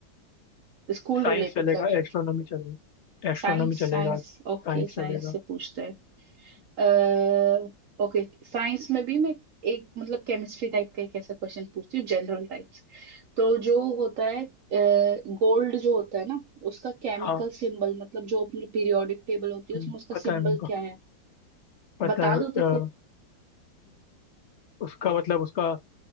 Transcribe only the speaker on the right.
school
related
subject
Science
science
okay science
से पूछते हैं ओके साइंस में भी मैं एक मतलब केमिस्ट्री टाइप का एक ऐसा क्वेश्चन पूछती हूँ जनरल टाइप्स तो जो होता है गोल्ड जो होता है ना उसका केमिकल
सिंबल मतलब जो अपनी पीरियोडिक टेबल होती है
उसमें उसका
सिंबल
क्या है
बता
दो तो
फिर